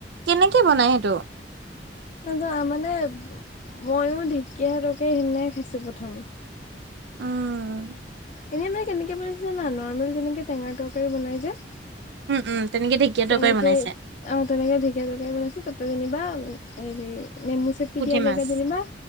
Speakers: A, on the right (about 65°); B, on the left (about 40°).
A: কেনেকে বনাই সেইটো?
B: <unintelligible> আহ মানে মইও ঢেকীয়া হেঁতুকে সেইদিনাই খাইছো প্ৰথম।
A: উম,
B: এনেই মানে কেনেকে বনাইছে জানা নৰ্মেল যেনেকে টেঙা তৰকাৰী বনাই যে।
A: উম তেনেকে ঢেকীয়া তৰকাৰী
B: তেনেকে
A: বনাইছে
B: অ, তেনেকে ঢেকীয়া তৰকাৰী বনাইছোঁ তাতে যেনিবা হেৰি নেমু চেপি
A: পুঠি
B: পিকিয়াজেগে
A: মাছ।
B: যেনিবা